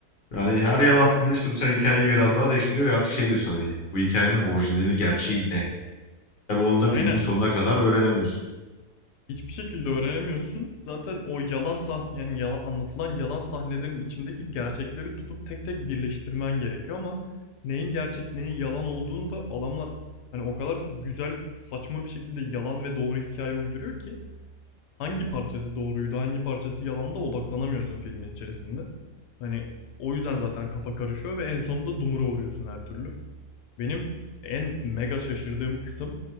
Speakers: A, on the left; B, on the left.
A: Yani her yalan attığında işte bu sefer hikayeyi biraz daha değiştiriyor ve artık şey diyorsun hani bu hikayenin orijinali gerçeği ne? Tabii onu da
B: Aynen.
A: filmin sonuna kadar öğrenemiyorsun.
B: Hiçbir şekilde öğrenemiyorsun. Zaten o yalan sah yani yalan anlatılan yalan sahnelerin içindeki gerçekleri tutup tek tek birleştirmen gerekiyor ama neyin gerçek neyin yalan olduğunu da adamlar hani o kadar güzel saçma bir şekilde yalan ve doğru hikaye uyduruyor ki hangi parçası doğruydu, hangi parçası yalanda odaklanamıyorsun filmin içerisinde. Hani o yüzden zaten kafa karışıyor ve en sonunda dumura uğruyorsun her türlü. Benim en mega şaşırdığım kısım,